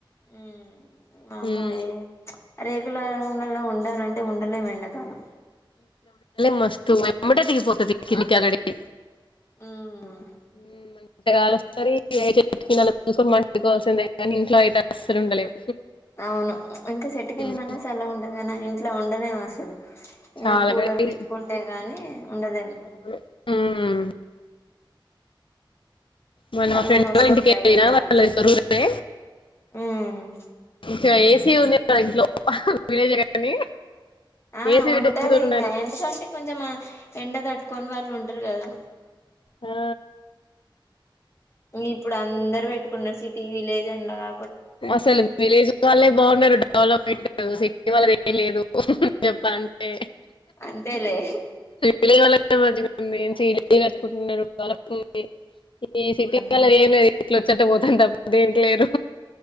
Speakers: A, on the left; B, on the left.
A: ఉమ్ వామ్మో
B: ఉమ్,
A: ఏ రేకుల రూమ్లలో ఉండ ఉండాలంటే ఉండలేం ఎండాకాలం
B: మస్తు ఎమ్మటె దిగి పోతది కిందికీ ఆగటికి
A: ఉమ్
B: ఇమ్ అంటే గాలోస్తది. కిటిలల్లు చూసుకొని పండుకోవాల్సిందే కానీ, ఇంట్లో అయితే అసలు ఉండలేము.
A: అవును ఇంకా చెట్టుకిందనన్నా
B: ఉమ్,
A: సల్లగుంటది కానీ ఇంట్లో ఉంటే ఉండలేం అసలు
B: చాలా
A: ఇంకా కూలర్
B: గడి
A: పెట్టుకుంటే గాని ఉండలేము
B: అవును ఉమ్, మొన్న
A: చల్లగా
B: మా ఫ్రెండ్
A: వస్తుంది
B: వాల ఇంటికెళ్ళిన
A: బయట గాలి
B: వాళ్ళు ఇద్దరు అయితే
A: ఉమ్
B: ఇ ఏసీ ఉంది కదా ఇంట్లో ఉహు విలేజ్ కానీ
A: ఆ
B: ఏసిలో
A: ఉంటది
B: అయితే ఉండరు
A: ఇంకా ఎందుకంటే కొంచెం ఎండ తట్టుకొని వాళ్ళు ఉంటరు కదా
B: ఆ
A: ఇప్పుడు అందరు పెట్టుకున్న సిటీ విలేజ్ అలాగా
B: అసలు విలేజ్ వాళ్లే బాగున్నారు డెవలప్మెంట్ చూసేకి ఇవాళది ఏం లేదు చెప్పాలంటే
A: అంతేలే
B: విలేజ్ వాళ్లదే మంచిగ ఉంది ఇల్లు కట్టుకుంటున్నారు వాళ్లకు ఈ సిటీ వాళ్ళది
A: ఇ
B: ఏమున్నది ఇట్లొచ్చేటప్పుడు అంతబా దేనికిలేరు